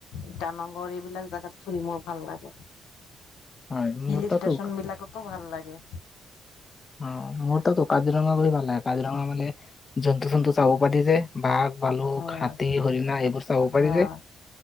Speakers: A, on the left; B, on the left.
A: ইটানগৰ ইবিলাক জাগাত ফুৰি মোৰ ভাল লাগে।
B: হয় মোৰ
A: হিল
B: তাতো
A: ষ্টেচন বিলাকতো ভাল লাগে।
B: অ' মোৰ টো <unintelligible> কাজিৰঙা গৈ ভাল লাগে, কাজিৰঙা মানে জন্তু জন্তু চাব পাৰি যে <inaudible> বালুক
A: হয়।
B: হাতী হৰিণা এইবোৰ চাব পাৰি
A: হয়,
B: যে